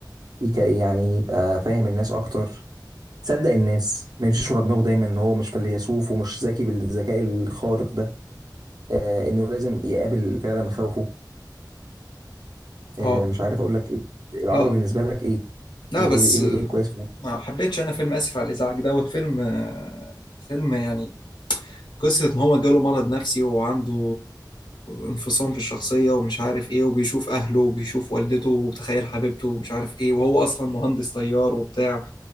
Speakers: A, on the right; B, on the left.
A: يك- يعني يبقى فاهم الناس اكتر صدق الناس ما يمشيش ورا دماغه دايما ان هو مش فيلسوف ومش ذكي بالذكاء الخارق ده آه انه لازم يقابل فعلا مخاوفه آه
B: اه
A: مش عارف اقول لك ايه العربي
B: لا
A: بالنسبه لك ايه
B: لا
A: ايه
B: بس
A: ايه ايه, إيه كويس فيه؟
B: ما حبيتش انا فيلم اسف على الازعاج دوت فيلم آه، فيلم يعني قصة إن هو جاله مرض نفسي وعنده انفصام في الشخصية ومش عارف إيه وبيشوف أهله وبيشوف والدته وبتخيل حبيبته ومش عارف إيه وهو أصلا مهندس طيار وبتاع